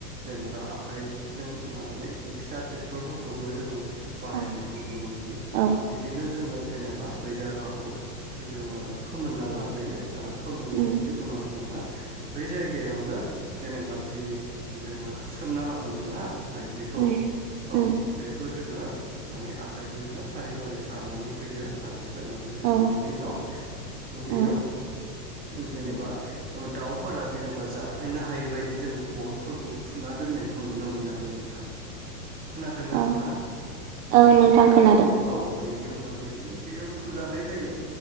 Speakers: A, on the right (about 20°); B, on the right (about 50°).
A: जेनेबा आखाइजों माबानाय फिसा ट्रेक्टरफोरखौबो जोङो बाहायनायखौ
B: औ
A: नुनो मोनो।
B: औ
A: बिदिनो जोङो जेनेबा बै जायगाखौ जोङो फोमोनना लाग्रोयो आरो फोमोननायनि
B: उम
A: उनाव जोङो बै जायगायावनो जेनेबा जि जोङो सोमना लादोंमोन ना माइज्लिखौ
B: उम
A: औ
B: उम
A: बेखौ जोङो माने आखाइजोंनो फारि फारि सारनानै होयो आरो सानै होखांनायनि
B: औ
A: उनाव
B: औ
A: बेयाव जेनेबा दाउफोरा जेनेबा जाफायनो हायै बायदि जों गनफोरखौ थुना दोन बेखौ नुनो मोनो आरो नोंथां खोनादोंना
B: ओम
A: नोंथाङा
B: औ नोंथां खोनादों
A: औ बेनि उनाव बिदिनो बियो फुजानाय जायो